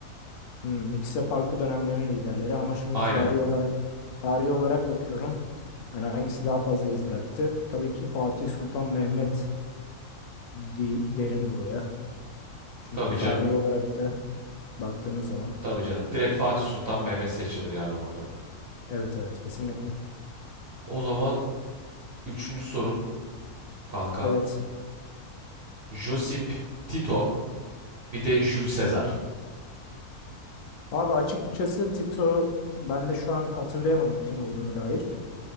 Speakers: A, on the left; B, on the right.
A: Hmm, ikisi de farklı dönemlerin liderleri ama şimdi
B: Aynen.
A: tarihi olarak tarihi olarak bakıyorum. Yani hangisi daha fazla iz bıraktı? Tabii ki Fatih Sultan Mehmet di- derim buraya. Çünkü
B: Tabii
A: tarihi
B: canım.
A: olarak da baktığımız
B: Ta-
A: zaman
B: Tabii canım. Direkt Fatih Sultan Mehmet seçilir yani burada.
A: evet evet kesinlikle.
B: O zaman üçüncü sorum kankam.
A: Evet.
B: Josip Tito bir de Jules Caesar.
A: Evet. Abi açıkçası Tito ben de şu an hatırlayamadım kim olduğunu dair.